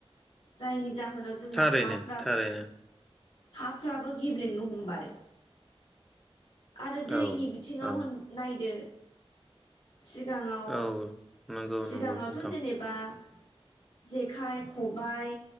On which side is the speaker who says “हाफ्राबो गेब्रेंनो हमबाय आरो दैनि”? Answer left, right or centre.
Left